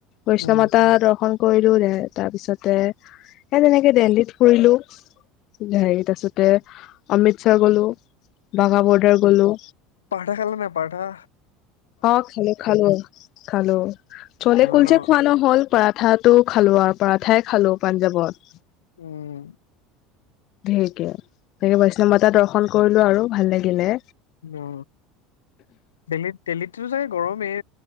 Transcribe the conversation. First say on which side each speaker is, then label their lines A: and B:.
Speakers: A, on the left; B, on the left.
A: বৈষ্ণব
B: উম
A: মাতা দৰ্শন। কৰিলো দে তাৰ পিছতে এ তেনেকে দেলহীত ফুৰিলো। হেৰি তাৰপিছতে অমিতচৰ গ'লো বাঘা বৰ্ডাৰ গলো।
B: পাৰাঠা খালা নাই পাৰাঠা।
A: অ খালো খালো খালো চলে
B: খালা
A: কুলচে
B: ন
A: যে খোৱা নহ'ল। পৰাঠাটো খালো আৰু পৰাঠাই খালো পাঞ্জাৱত।
B: উম।
A: ধেৰিকে তাকে বৈষ্ণৱ মাতা দৰ্শন কৰিলো আৰু ভাল লাগিলে।
B: অ দেল্হিত দেল্হীততো চাগে গৰমেই।